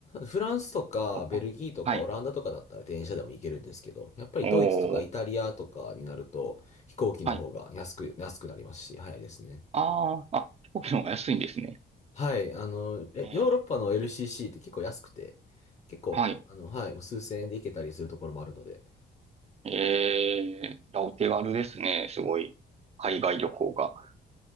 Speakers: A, on the left; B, on the right.
A: フランスとかベルギーとかオランダとかだったら電車でも行けるんですけど、
B: ここはい。
A: やっぱりドイツとかイタリアとかになると飛行機の方が安く、
B: おー、はい。
A: 安くなりますし、早いですね。
B: ああ、あ、飛行機の方が安いんですね。
A: はい、あの、え、
B: えー
A: ヨーロッパの LCC って結構安くて、結構、
B: はい。
A: あの、はい、もう数千円で行けたりするところもあるので。
B: えー、いやお手軽ですね。すごい。海外旅行が。